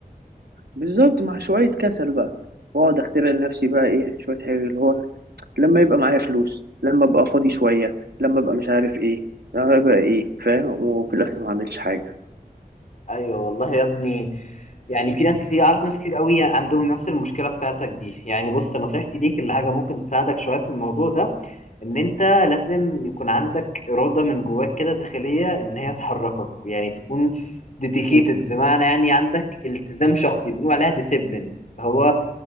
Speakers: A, on the right; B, on the left.
A: بالظبط مع شويه كسل بقى واقعد اخترع لنفسي بقى ايه شويه حاجه اللي هو لما يبقى معايا فلوس لما ابقى فاضي شوية لما ابقى مش عارف ايه لما ابقى ايه فاهم وفي الاخر ما اعملش حاجة
B: ايوه والله يا ابني يعني في ناس كتير اعرف ناس كتير قوي عندهم نفس المشكله بتاعتك دي يعني بص نصيحتي ليك اللي حاجه ممكن تساعدك شويه في الموضوع ده ان انت لازم يكون عندك اراده من جواك كده داخليه ان هي تحركك يعني تكون ديديكيتد
A: مم.
B: بمعنى يعني عندك التزام شخصي بنقول عليها ديسيبلين هو